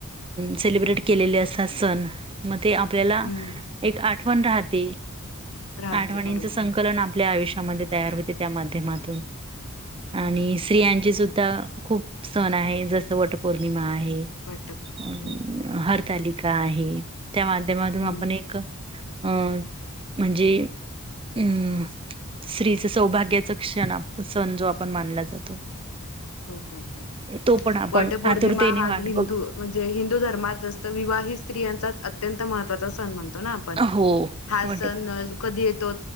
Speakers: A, on the right; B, on the left.
A: सेलब्रेट केलेले असतात सण मग ते आपल्याला
B: हम्म
A: एक आठवण राहते.
B: राहते
A: आठवणींच
B: बरोबर
A: संकलन आपल्या आयुष्य म्हणजे तयार होते, त्या माध्यमातून आणि
B: बरोबर
A: स्त्रियांचे सु खूप सण आहे. वटपौर्णिमा आहे,
B: वटपौर्णिमा
A: अ
B: हो
A: हर तालिका आहे. त्या माध्यमातून
B: हम्म
A: आपण एक अं म्हणजे अ स्त्रीच सौभाग्याचा क्षण सण जो आपण मानला जातो.
B: हो खातात.
A: तो पण आपण
B: वट पौर्णिमा
A: आतुरतेने
B: हा
A: वाट
B: त हिंदू
A: बघ
B: म्हणजे हिंदू धर्मात जास्त विवाहित स्त्रियांचा अत्यंत महत्त्वाचा सण म्हणतो ना आपण,
A: हो
B: हा
A: वाट
B: सण कधी ये तो